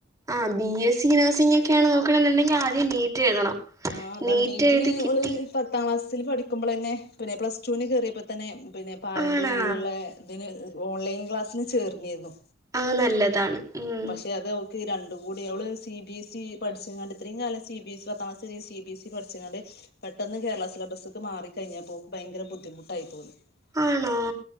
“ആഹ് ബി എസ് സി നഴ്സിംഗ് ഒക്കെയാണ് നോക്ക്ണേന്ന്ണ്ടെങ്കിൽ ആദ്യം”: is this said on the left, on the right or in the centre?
Right